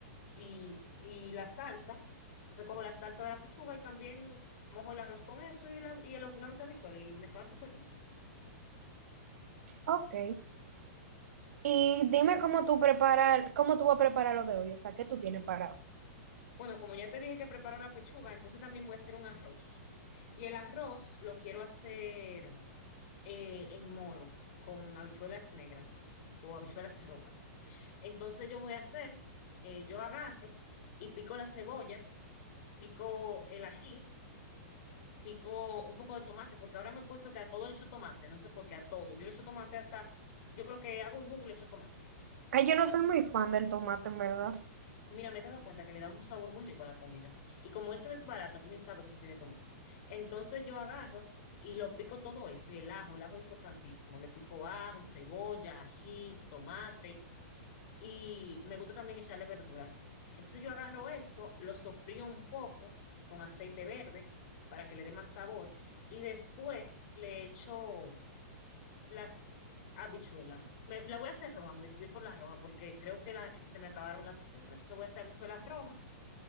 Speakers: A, on the left; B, on the right.
A: y, y la salsa. Entonces cojo la salsa de la pichuga y también mojo el arroz con eso y, la- y los granos de habichuela y me sabe súper bien.
B: Ok. Y dime cómo tú preparas, cómo tú vas a preparar lo de hoy, o sea, ¿qué tú tienes para hoy?
A: Bueno, como ya te dije que preparo la pechuga, entonces también voy a hacer un arroz. Y el arroz lo quiero hacer eh, en moro, con habichuelas negras o habichuelas rojas. Entonces yo voy a hacer, eh, yo agarro y pico la cebolla, pico el ají, pico un poco de tomate, porque ahora me he puesto que a todo le echo tomate, no sé por qué, a todo. Yo le echo tomate hasta, yo creo que hago un jugo y le echo tomate.
B: Ay, yo no soy muy fan del tomate, en verdad.
A: Mira, me he dado cuenta que le da un sabor muy rico a la comida. Y como él se desbarata, tú ni sabes que eso tiene tomate. Entonces yo agarro y lo pico todo eso. Y el ajo, el ajo es importantísimo. Le pico ajo, cebolla, ají, tomate. Y me gusta también echarle verdura. Entonces yo agarro eso, lo sofrío un poco con aceite verde para que le dé más sabor. Y después le echo las habichuelas. Me- la voy a hacer roja, me decidí por las rojas porque creo que, la, que se me acabaron las otras. Entonces voy a hacer habichuelas rojas